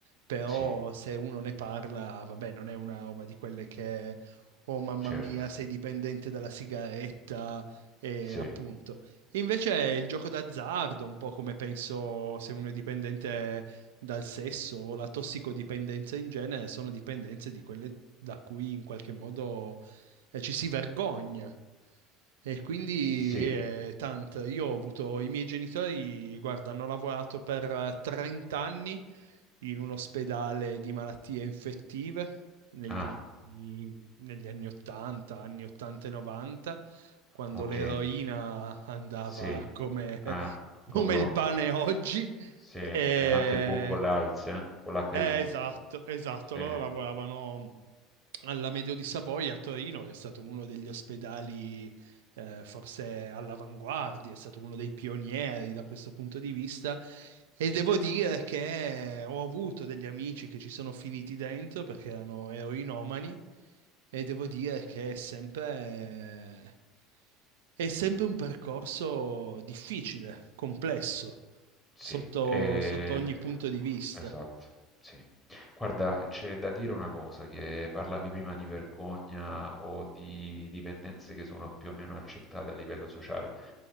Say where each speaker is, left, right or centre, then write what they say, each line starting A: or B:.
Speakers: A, on the right (about 70°); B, in the centre.
A: però
B: sì,
A: se uno ne parla, vabbè, non è una roba di quelle che, oh mamma
B: certo,
A: mia, sei dipendente dalla sigaretta, e
B: sì,
A: appunto. Invece è il gioco d'azzardo, un po' come penso se uno è dipendente dal sesso o la tossicodipendenza in genere, sono dipendenze di quelle da cui in qualche modo eh, ci si vergogna. E quindi
B: sì,
A: eh, tanto, io ho avuto i miei genitori, guarda, hanno lavorato per eh, 30 anni in un ospedale di malattie infettive negli
B: ah,
A: anni, negli anni 80, anni 80 e 90, quando
B: ok,
A: l'eroina andava
B: sì,
A: come,
B: ah,
A: <laughs>
B: go
A: come
B: go.
A: il pane oggi.
B: Sì, eh,
A: E,
B: anche il boom con le AIDS, eh, con l'HIV.
A: eh, esatto, esatto.
B: Sì.
A: Loro lavoravano alla Medio di Savoia a Torino, che è stato uno degli ospedali eh, forse all'avanguardia, è stato uno dei pionieri da questo punto di vista. E devo dire che ho avuto degli amici che ci sono finiti dentro perché erano eroinomani e devo dire che è sempre, è sempre un percorso difficile, complesso,
B: Sì,
A: sotto
B: eh,
A: sotto ogni punto di vista.
B: esatto, sì. Guarda, c'è da dire una cosa, che parlavi prima di vergogna o di dipendenze che sono più o meno accettate a livello sociale.